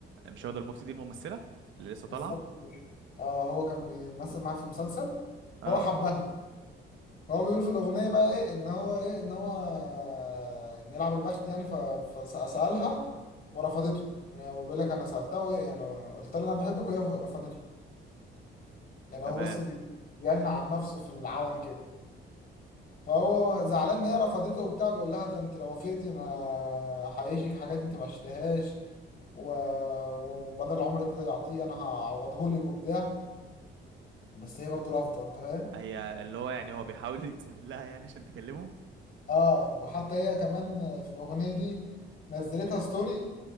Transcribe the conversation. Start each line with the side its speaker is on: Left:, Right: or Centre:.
Right: مش هو ده المفتي دي الممثله اللي لسه
Left: بالظبط
Right: طالعه
Left: كده اه هو كان بيمثل معاه في مسلسل
Right: اه
Left: هو حبها هو بيقول في الأغنية بقى إيه إن هو إيه إن هو بيلعب البخت يعني ف- فسألها ورفضته يعني هو بيقول لك أنا سألتها وهي يعني قلت لها أنا بحبك وهي رفضته يعني هو
Right: تمام
Left: بص بي- بيعلن عن نفسه في العلن كده فهو زعلان إن هي رفضته وبتاع بيقول لها ده أنت لو وافقتي أنا هعيشك حاجات أنت ما عشتهاش و... وبدل العمر اللي يعطيه أنا هعوضهولك وبتاع بس هي برضه رافضة أنت فاهم
Right: هي اللي هو يعني هو بيحاول <laughs> يتذلل لها يعني عشان تكلمه
Left: اه وحتى هي كمان في الاغنيه دي نزلتها ستوري